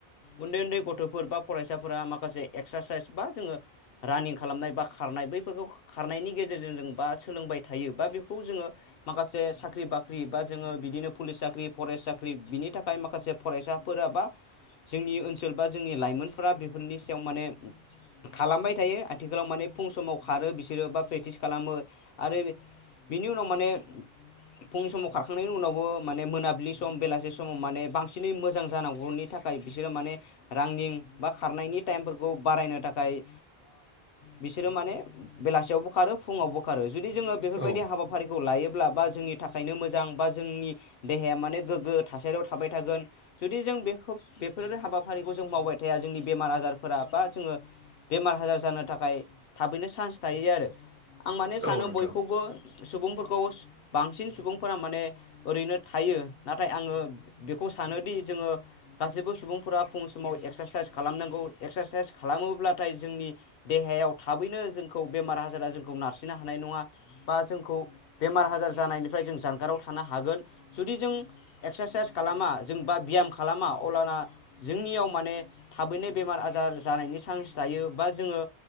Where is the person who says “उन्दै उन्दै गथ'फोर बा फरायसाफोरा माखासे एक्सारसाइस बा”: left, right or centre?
Left